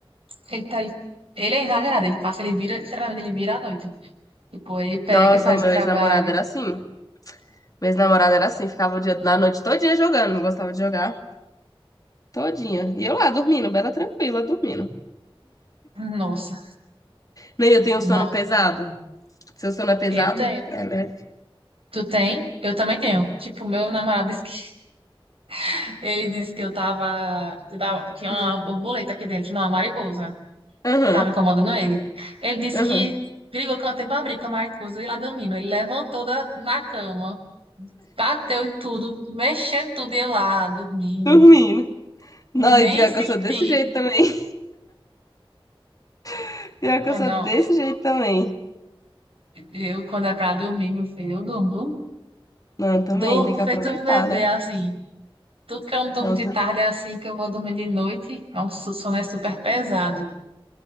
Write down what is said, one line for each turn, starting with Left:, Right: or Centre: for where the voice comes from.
Right: ele tá, ele é exagerado, ele passa, ele vira, literalmente, ele vira à noite. Tipo, ele pega
Left: Nossa,
Right: e faz
Left: o meu
Right: o trabalho.
Left: ex-namorado era assim. Meu ex-namorado era assim, ficava o dia, na noite todinha jogando, não gostava de jogar. Todinha. E eu lá, dormindo, bela tranquila, dormindo.
Right: Nossa,
Left: Nem eu tenho um
Right: não,
Left: sono pesado. Seu sono é pesado?
Right: eu tenho.
Left: É leve.
Right: Tu tem? Eu também tenho. Tipo, meu namorado disse que, <laughs> ele disse que eu tava, eu tava, tinha uma
Left: Hum.
Right: borboleta aqui dentro, não, uma mariposa.
Left: Aham,
Right: Tava incomodando ele. Ele disse
Left: aham.
Right: que brigou com a tempo abrir com a mariposa e lá dormindo. Ele levantou da, na cama, bateu e tudo, mexendo tudo e eu lá, dormindo.
Left: Dormindo. Não,
Right: Nem
Left: e pior que
Right: senti.
Left: eu sou desse jeito também. <laughs> Pior que
Right: Eu
Left: eu sou
Right: não,
Left: desse jeito também.
Right: eu quando é pra dormir, meu filho, eu durmo.
Left: Não, também,
Right: Durmo
Left: tem que
Right: feito
Left: aproveitar,
Right: um bebê,
Left: né?
Right: assim. Tudo que eu não durmo
Left: Não,
Right: de
Left: tem-
Right: tarde é assim que eu vou dormir de noite. É um su- sono é super pesado.